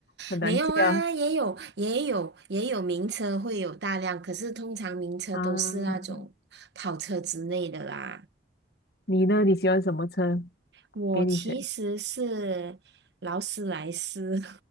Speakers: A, on the left; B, on the right.
A: 很难驾
B: 没有啊？也有也有也有名车会有大量，可是通常名车都是那种跑车之类的啦。
A: 啊。你呢？你喜欢什么车？
B: 我其实是劳斯莱斯，
A: 给你选